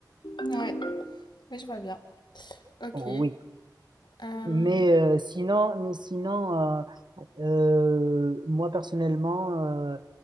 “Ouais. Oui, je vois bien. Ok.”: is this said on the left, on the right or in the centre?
Left